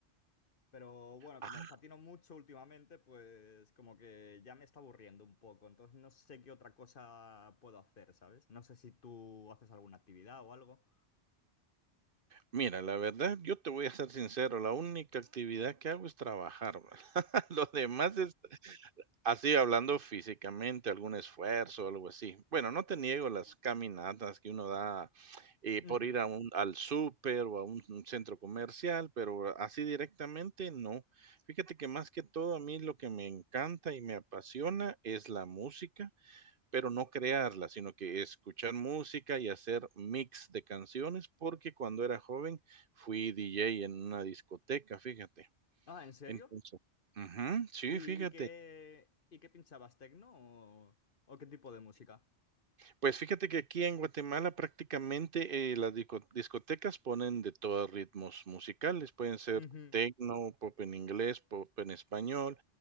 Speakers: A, on the left (about 50°); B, on the right (about 55°).
A: Pero bueno,
B: Ah,
A: como patino mucho últimamente, pues como que ya me está aburriendo un poco. Entonces no sé qué otra cosa puedo hacer, ¿sabes? No sé si tú haces alguna actividad o algo.
B: mira, la verdad, yo te voy a ser sincero, la única actividad que hago es trabajar. <laughs> ¿verdad? Lo demás es Así hablando físicamente, algún esfuerzo, algo así. Bueno, no te niego las caminatas que uno da eh,
A: Ujú.
B: por ir a un, al súper o a un, un centro comercial, pero así directamente no. Fíjate que más que todo a mí lo que me encanta y me apasiona es la música, pero no crearla, sino que escuchar música y hacer mix de canciones, porque cuando era joven fui DJ en una discoteca, fíjate.
A: Ah, ¿en serio?
B: Entonces, ujú, sí,
A: ¿Y,
B: fíjate.
A: y qué, y qué pinchabas, tecno o, o qué tipo de música?
B: Pues fíjate que aquí en Guatemala prácticamente eh, las disco- discotecas ponen de todos ritmos musicales, pueden ser
A: Ujú.
B: tecno, pop en inglés, pop en español,